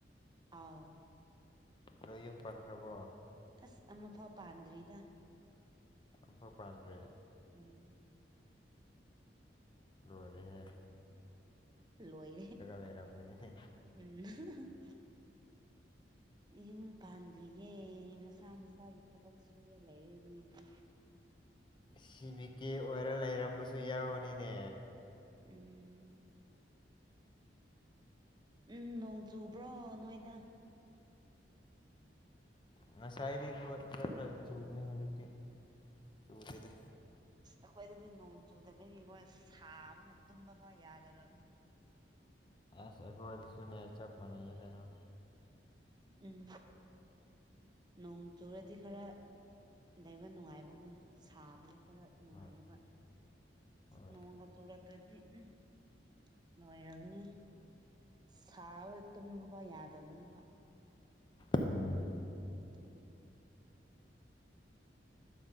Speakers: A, on the right (about 25°); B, on the left (about 25°).
A: ꯑꯥꯎ
B: ꯅꯣꯏ ꯌꯨꯝ ꯄꯟꯈ꯭ꯔꯕꯣ
A: ꯑꯁ ꯑꯃꯐꯥꯎ ꯄꯥꯟꯗ꯭ꯔꯤꯗ
B: ꯑꯃꯐ ꯄ꯭ꯔꯥꯟꯗ
A: ꯎꯝ
B: ꯂꯔꯦꯁꯦ
A: ꯂꯣꯏꯔꯦ
B: ꯂꯩꯔꯝꯒꯅꯤꯅꯦ
A: ꯎꯝ ꯌꯨꯝ ꯄꯥꯟꯗ꯭ꯔꯤꯌꯦꯦ ꯃꯁꯥ ꯃꯁꯥꯒꯤ ꯊꯕꯛ ꯁꯨꯔ ꯂꯩꯔꯦ ꯃꯣꯏꯒꯤ
B: ꯁꯤ ꯕꯤ ꯀꯦ ꯑꯣꯏꯔ ꯂꯩꯔꯝꯕꯁꯨ ꯌꯥꯎꯅꯤꯅꯦ
A: ꯎꯝ ꯎꯝ ꯅꯣꯡ ꯆꯨꯕ꯭ꯔꯣ ꯅꯣꯏꯗ
B: ꯉꯁꯥꯏꯔꯤ ꯈ ꯈꯗꯤ ꯆꯨꯕꯅꯦ ꯍꯧꯖꯤꯛꯇꯤ ꯆꯨꯗꯦꯗ
A: ꯑꯈꯣꯏꯏꯗ ꯑꯗꯨꯗꯤ ꯅꯣꯡ ꯆꯨꯗꯕꯒꯤ ꯑꯩꯈꯣꯏꯅ ꯁꯥ ꯑꯃꯅ ꯇꯨꯝꯕ ꯐꯥꯎ ꯌꯥꯗꯔꯕꯅꯤ
B: ꯑꯁ ꯑꯩꯈꯣꯏꯗꯤꯁꯨꯅꯦ ꯆꯄꯅꯦ ꯀꯩꯅꯣ
A: ꯎꯝ ꯅꯣꯡ ꯆꯔꯗꯤ ꯈꯔ ꯗꯩꯕ ꯅꯨꯡꯉꯥꯏꯕꯒꯨꯝ ꯁꯥꯕꯗꯣ ꯈꯔ ꯅꯨꯡꯉꯥꯏꯌꯦꯕ
B: ꯍꯣꯏ ꯍꯣꯏ
A: ꯅꯣꯡꯒ ꯆꯨꯔꯛꯇ꯭ꯔꯗꯤ ꯎꯝ ꯂꯣꯏꯔꯕꯅꯦ ꯁꯥꯕ ꯇꯨꯝꯕꯀꯣ ꯌꯥꯗꯕꯅꯦꯕ
B: ꯎꯝ
A: ꯑꯗꯨꯒꯤ